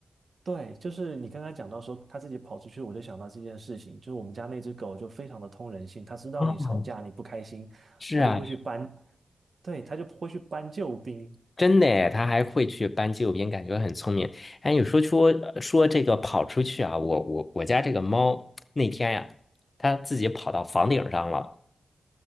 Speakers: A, on the right; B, on the left.
A: 对，就是你刚刚讲到说他自己跑出去，我就想到这件事情，就是我们家那只狗就非常的通人性，它知道你吵架你不开心，
B: 啊，是啊。
A: 它就会去搬，对，它就会去搬救兵，
B: 真的诶，他还会去搬纪录片，感觉很聪明。哎，你说说说这个跑出去啊，我我我家这个猫那天呀、它自己跑到房顶上了。